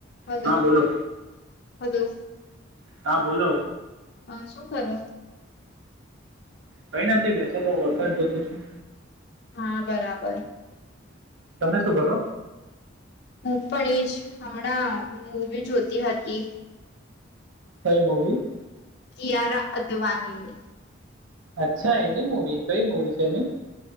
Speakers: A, on the left; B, on the right.
A: હલો,
B: હા બોલો
A: હલો,
B: હા બોલો
A: હ, શું કરે?
B: કંઈ ના, તે બેસેલો વરસાદ જોતો છું.
A: હા, બરાબર.
B: તમે શું કરો?
A: હું પણ એજ, હમણાં મૂવી જોતી હતી.
B: કંઈ મૂવી?
A: કિયાર અદવાની.
B: અચ્છા, એની મુવી કંઈ મુવી છે એની?